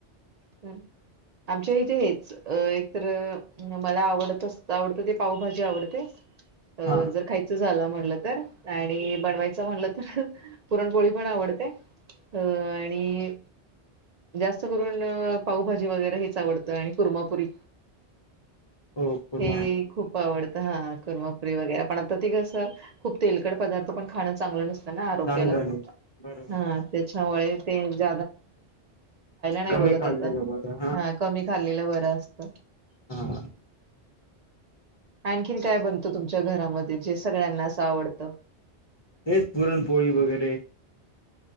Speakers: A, on the right; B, on the left.
A: हम् आमच्या इथे हेच एक तर मला आवडत आवडत ते पावभाजी आवडते अ
B: हा हा
A: जर खायचं झाला म्हण तर आणि बनवायच म्हणलं तर पुरणपोळी पण आवडते अ आणि जास्त करून पण पावभाजी वगैरे हेच आवडतं आणि कुर्मापुरी
B: हो पूर्ण
A: हे
B: आवडतं.
A: खूप आवडत हा करुरमापुरी वगैरे पण आता ती कसं खूप तेलकड पदार्थ पण खाणं चांगलं नसतं आरोग्याला
B: चांगलं नाही बरोबर
A: हा त्याच्यामुळे ते ज नाही
B: कमी
A: बघत
B: खाल्लेलं
A: आता
B: बरं
A: हा कमी खाल्लेलं बर असत
B: हा
A: आणखीन काय बनतं तुमच्या घरामध्ये जे सगळ्यांना असं आवडतं
B: हेच पुरणपोळी वगैरे